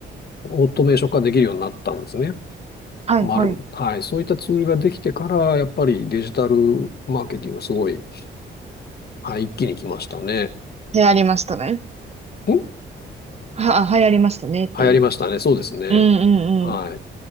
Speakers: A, on the left; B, on the right.
A: オートメーション化できるようになったんですね。
B: はい、
A: まる。
B: はい。
A: はい。そういったツールができてから、やっぱりデジタルマーケティングがすごい、はい、一気に来ましたね。
B: 流行りましたね。
A: ん
B: は、あ流行りましたねっていう。
A: 流行りましたね。そうですね。
B: うんうん
A: は